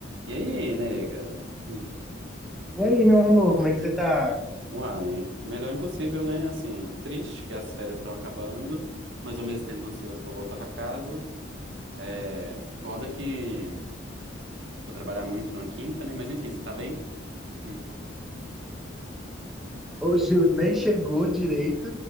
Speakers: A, on the right; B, in the centre.
A: E aí, nega? Hum.
B: E aí, meu amor, como é que você tá?
A: Uai, melhor impossível, né? Assim, triste que as férias estão acabando, mas ao mesmo tempo ansioso pra voltar pra casa. É, foda que vou trabalhar muito na quinta, né? Mas enfim, você tá bem? Hum.
B: Hoje eu nem chegou direito